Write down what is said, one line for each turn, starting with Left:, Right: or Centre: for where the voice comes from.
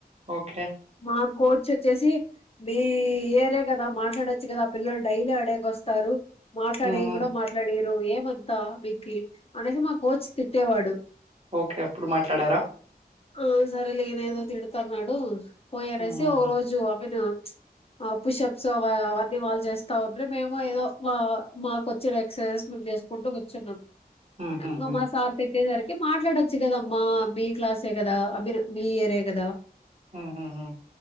Right: ఓకే
Left: మా కోచ్ వచ్చేసి మే ఈ ఏరే కదా మాట్లాడొచ్చు కదా పిల్లలు డైలీ అడేకి వస్తారు మాట్లాడి
Right: హుహు.
Left: కూడా మాట్లాడిరు ఏమం త వికి అనేసి మా కోచ్ తిట్టేవాడు
Right: ఓకే అప్పుడు మాట్లాడారా
Left: ఆ సరేలే ఏది ఏదో తిడతన్నాడు పోయారు
Right: హుహుహు.
Left: సి ఓరోజు అభినో ఆ పుషప్సు అవీవ్ ఒన్ ది వాళ్ళు చేస్తా ఉండే మేము ఏదో మా మాకు వచ్చిన ఎక్సర్సైజ్ మేము చేసుకుంటూ కూర్చున్నాం
Right: హుహుహు.
Left: అంగ మా సార్ తిట్టే సరిపో కి మాట్లాడొచ్చు కదమ్మా మీ క్లాసే ఎ కదా మీరు మీ ఇయర్ ఎ కదా
Right: హుహుహు.